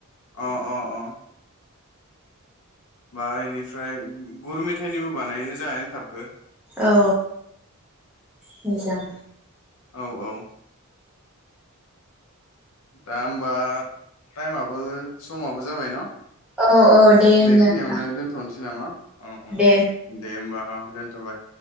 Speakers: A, on the left (about 65°); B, in the centre.
A: अ अ अ बा बेनिफ्राय गुर मेथायाइनिबो बानायो जोंया एन्थाबखौ
B: औ मोजां।
A: औ औ दा होमबा टाइमाबो समाबो जाबाय न
B: औ औ दे होनब्ला
A: बेखिनियावनो
B: नोंथां
A: दोनथ'नोसै नामा अ अ
B: दे
A: दे होमबा थाबाय